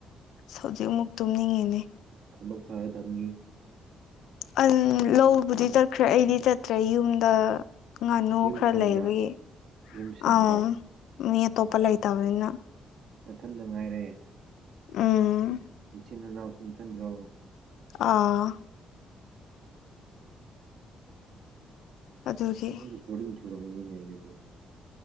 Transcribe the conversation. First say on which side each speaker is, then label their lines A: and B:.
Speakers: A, on the left (about 85°); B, on the right (about 65°).
A: ꯍꯧꯖꯤꯛ ꯑꯃꯨꯛ ꯇꯨꯝꯅꯤꯡꯉꯤꯅꯦ
B: ꯊꯕꯛ ꯐꯒꯗꯝꯅꯤ
A: ꯑ ꯂꯧꯕꯨꯗꯤ ꯆꯠꯈ꯭ꯔꯦ ꯑꯩꯗꯤ ꯆꯠꯇ꯭ꯔꯦ ꯌꯨꯝꯗ ꯉꯥꯅꯨ
B: ꯌꯨꯝ
A: ꯈꯔ
B: ꯁꯪꯕ
A: ꯂꯩꯕꯒꯤ
B: ꯌꯨꯝ ꯁꯪꯕ
A: ꯑꯝ ꯃꯤ ꯑꯇꯣꯞꯄ ꯂꯩꯇꯕꯅꯤꯅ
B: ꯅꯊꯟꯗ ꯉꯥꯏꯔꯦ
A: ꯎꯝ
B: ꯅꯆꯤꯟ ꯅꯅꯥꯎꯁꯨ ꯏꯊꯟꯗ꯭ꯔꯣ
A: ꯑꯥ ꯑꯗꯨꯒꯤ
B: ꯑꯩ ꯕꯣꯔꯤꯡ ꯆꯨꯔꯝꯅꯤꯅꯦ ꯑꯗꯨꯗꯤ